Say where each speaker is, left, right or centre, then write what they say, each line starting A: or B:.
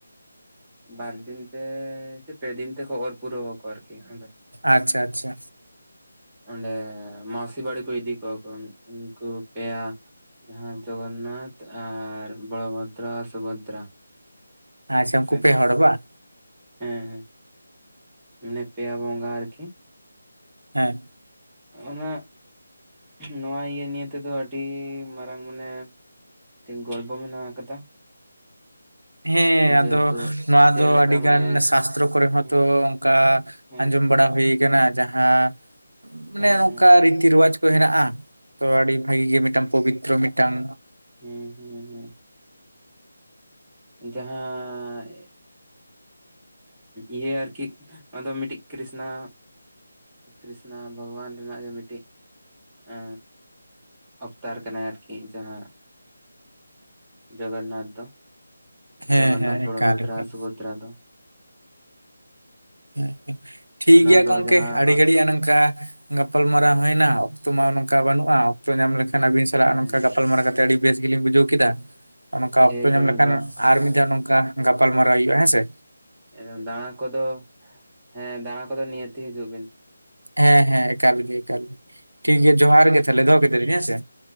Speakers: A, on the right; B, on the right.
A: ᱵᱟᱨ ᱫᱤᱱ ᱛᱮ ᱥᱮ ᱯᱮ ᱫᱤᱱ ᱛᱮ ᱚᱨ ᱯᱩᱨᱟᱹᱣ ᱟᱠᱚ ᱟᱨᱠᱤ ᱚᱸᱰᱮ
B: ᱟᱪᱪᱷᱟ ᱟᱪᱪᱷᱟ
A: ᱚᱸᱰᱮ ᱢᱟᱥᱤ ᱵᱟᱹᱲᱤ ᱠᱚ ᱤᱫᱤ ᱠᱚᱣᱟ ᱠᱟ ᱩᱱᱠᱩ ᱯᱮᱭᱟ ᱡᱟᱦᱟᱸ ᱡᱚᱜᱚᱱᱱᱟᱛᱷ ᱟᱨ ᱵᱚᱲᱚᱵᱷᱚᱫᱨᱟ ᱥᱩᱵᱷᱚᱫᱨᱟ
B: ᱟᱪᱪᱷᱟ
A: ᱦᱮᱸᱥᱮ
B: ᱩᱱᱠᱩ ᱯᱮ ᱦᱚᱲ ᱵᱟᱝ
A: ᱦᱮᱸ ᱦᱮᱸ ᱢᱟᱱᱮ ᱯᱮᱭᱟ ᱵᱚᱸᱜᱟ ᱟᱨᱠᱤ
B: ᱦᱮᱸ
A: ᱚᱱᱟ ᱱᱚᱣᱟ ᱤᱭᱟᱹ ᱱᱤᱭᱟᱹ ᱛᱮᱫᱚ ᱟᱹᱰᱤ ᱢᱟᱨᱟᱝ ᱢᱟᱱᱮ ᱜᱚᱞᱯᱚ ᱢᱮᱱᱟᱜ ᱟᱠᱟᱫᱟ᱾
B: ᱦᱮᱸ
A: ᱡᱮᱦᱮᱛᱩ
B: ᱟᱫᱚ ᱱᱚᱣᱟ
A: ᱪᱮᱫ
B: ᱫᱚ
A: ᱞᱮᱠᱟ
B: ᱟᱹᱰᱤᱜᱟᱱ
A: ᱢᱟᱱᱮ
B: ᱥᱟᱥᱛᱨᱚ ᱠᱚᱨᱮ
A: ᱦᱮᱸ
B: ᱦᱚᱸᱛᱚ ᱚᱱᱠᱟ
A: ᱦᱮᱸ
B: ᱟᱸᱡᱚᱢ ᱵᱟᱲᱟ ᱦᱩᱭ ᱠᱟᱱᱟ ᱡᱟᱦᱟᱸ ᱢᱟᱱᱮ
A: ᱦᱮᱸ
B: ᱱᱚᱝᱠᱟ
A: ᱦᱮᱸ
B: ᱨᱤᱛᱤ ᱨᱮᱣᱟᱡᱽ ᱠᱚ ᱦᱮᱱᱟᱜ-ᱟ᱾ ᱛᱚ ᱟᱹᱰᱤ ᱵᱷᱟᱜᱤ ᱜᱮ ᱢᱤᱫᱴᱟᱝ ᱯᱚᱵᱤᱛᱨᱚ ᱢᱤᱫᱴᱟᱝ,
A: ᱦᱩᱸ ᱦᱩᱸ ᱦᱩᱸ ᱡᱟᱦᱟᱸ ᱤᱭᱟᱹ ᱟᱨᱠᱤ ᱱᱚᱣᱟ ᱫᱚ ᱢᱤᱫᱴᱤᱡ ᱠᱨᱤᱥᱱᱟ ᱠᱨᱤᱥᱱᱟ ᱵᱷᱟᱜᱽᱣᱟᱱ ᱨᱮᱱᱟᱜ ᱜᱮ ᱢᱤᱫᱴᱤᱡ ᱮᱻ ᱛᱟᱨ ᱠᱟᱱᱟᱭ ᱟᱨᱠᱤ ᱡᱟᱦᱟᱸ ᱡᱚᱜᱚᱱᱱᱟᱛᱷ ᱫᱚ
B: ᱦᱮᱸ
A: ᱡᱚᱜᱚᱱᱱᱟᱛ
B: ᱦᱮᱸ
A: ᱛᱷᱚᱲᱟ
B: ᱮᱠᱟᱞ
A: ᱵᱷᱚᱫᱨᱟ
B: ᱮᱠᱟᱞ
A: ᱥᱩᱵᱷᱚᱫᱨᱟ ᱫᱚ
B: ᱦᱮ ᱴᱷᱤᱠ
A: ᱱᱚᱣᱟ
B: ᱜᱮᱭᱟ
A: ᱫᱚ
B: ᱜᱚᱝᱠᱮ
A: ᱡᱟᱦᱟᱸ
B: ᱟᱹᱰᱤ
A: ᱠᱚ
B: ᱜᱷᱟᱹᱲᱤᱡᱟᱜ ᱱᱚᱝᱠᱟ ᱜᱟᱯᱟᱞ ᱢᱟᱨᱟᱣ ᱦᱩᱭᱮᱱᱟ᱾ ᱚᱠᱛᱚ ᱢᱟ ᱱᱚᱝᱠᱟ ᱵᱟᱹᱱᱩᱜ-ᱟ, ᱚᱠᱛᱚ ᱧᱟᱢ ᱞᱮᱠᱷᱟᱱ ᱟᱵᱤᱱ ᱥᱟᱞᱟᱜ
A: ᱦᱮᱸ
B: ᱱᱚᱝᱠᱟ
A: ᱦᱮᱸ
B: ᱜᱟᱯᱟᱞ ᱢᱟᱨᱟᱣ ᱠᱟᱛᱮ ᱟᱹᱰᱤ ᱵᱮᱥ ᱜᱮᱞᱤᱧ ᱵᱩᱡᱷᱟᱹᱣ ᱠᱮᱫᱟ᱾ ᱱᱚᱝᱠᱟ ᱚᱠᱛᱚ
A: ᱮᱠᱫᱚᱢ
B: ᱧᱟᱢ ᱞᱮᱠᱷᱟᱱ
A: ᱮᱠᱫᱚᱢ
B: ᱟᱨ ᱢᱤᱫ ᱫᱷᱟᱣ ᱱᱚᱝᱠᱟ ᱜᱟᱯᱟᱞ ᱢᱟᱨᱟᱣ ᱦᱩᱭᱩᱜ-ᱟ ᱦᱮᱸ ᱥᱮ,
A: ᱮ ᱫᱟᱬᱟ ᱠᱚᱫᱚ ᱦᱮᱸ ᱫᱟᱬᱟ ᱠᱚᱫᱚ ᱱᱤᱭᱟᱛᱛᱤ ᱦᱤᱡᱩᱜ ᱵᱤᱱ᱾
B: ᱦᱮᱸ ᱦᱮᱸ ᱮᱠᱟᱞ ᱜᱮ ᱮᱠᱟᱞ ᱜᱮ ᱴᱷᱤᱠ ᱜᱮᱭᱟ ᱡᱚᱦᱟᱨ
A: ᱮᱠᱫᱚᱢ
B: ᱜᱮ ᱛᱟᱦᱚᱞᱮ ᱫᱚᱦᱚ
A: ᱮᱠᱫᱚᱢ
B: ᱠᱮᱫᱟᱞᱤᱧ ᱦᱮᱸ ᱥᱮ